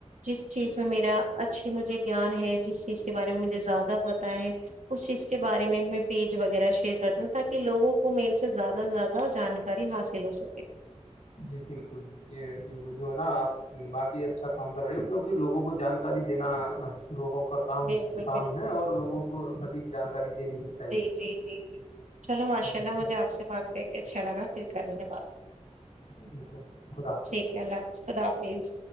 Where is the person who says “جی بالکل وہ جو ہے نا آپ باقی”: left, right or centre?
Left